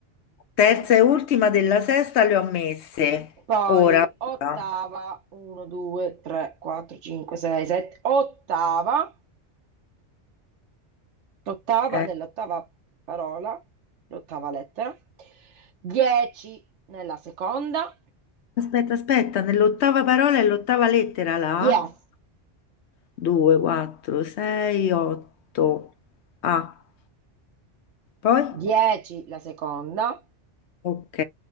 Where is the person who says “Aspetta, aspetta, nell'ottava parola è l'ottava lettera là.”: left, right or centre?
Left